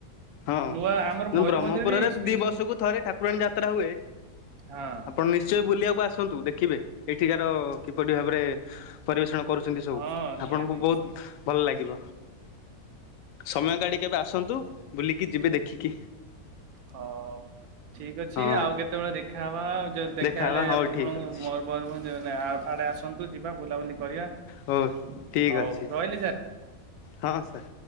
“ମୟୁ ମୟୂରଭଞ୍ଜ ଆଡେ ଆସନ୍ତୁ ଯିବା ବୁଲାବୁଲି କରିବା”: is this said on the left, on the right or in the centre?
Right